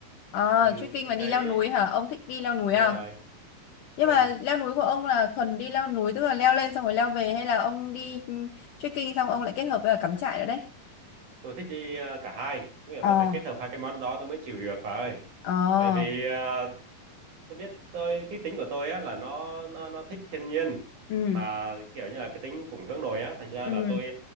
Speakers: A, on the left; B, on the right.
A: À,
B: ừ,
A: trekking
B: tôi
A: là đi
B: thấy
A: leo núi hả? Ông thích đi leo núi
B: đúng
A: à?
B: rồi
A: Nhưng
B: ừ
A: mà leo núi của ông là thuần đi leo núi tức là leo lên xong rồi leo về hay là ông đi ừ, trekking xong ông lại kết hợp với cả cắm trại nữa đấy?
B: tôi thích đi ờ, cả hai nghĩa là
A: Ờ,
B: tôi phải kết hợp hai cái món đó tôi mới chịu được bà ơi
A: Ờ,
B: tại vì ờ, tôi biết tôi cái tính của tôi á là nó nó nó thích thiên nhiên
A: ừ,
B: mà kiểu như là cái tính cũng hướng nội á thành ra
A: ừ,
B: là tôi